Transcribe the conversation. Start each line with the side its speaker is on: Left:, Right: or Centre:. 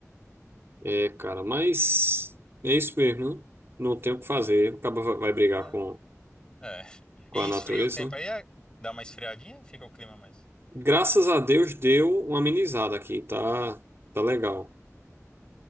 Right: É, cara, mas é isso mesmo, né? Não tem o que fazer,
Left: É,
Right: o cara vai vai brigar
Left: não.
Right: com,
Left: É.
Right: com
Left: E
Right: a natureza,
Left: esfria o tempo
Right: né?
Left: aí, é- dá uma esfriadinha, fica o clima mais.
Right: Graças a Deus deu uma amenizada aqui, tá, tá legal.